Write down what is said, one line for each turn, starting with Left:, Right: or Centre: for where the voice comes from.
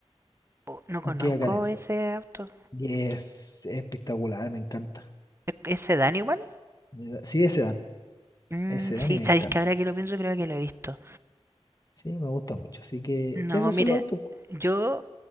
Right: Oh, no conozco
Left: un Kia Cadenza.
Right: ese auto.
Left: Y es espectacular, me encanta.
Right: ¿E- ¿Ese Dan igual?
Left: Me da- Sí, ese dan,
Right: Mm,
Left: ese dan
Right: sí,
Left: y me encanta.
Right: sabéis que ahora que lo pienso creo que lo he visto.
Left: Sí, me gusta mucho. Así que
Right: No,
Left: esos
Right: mira,
Left: son los autos. po.
Right: yo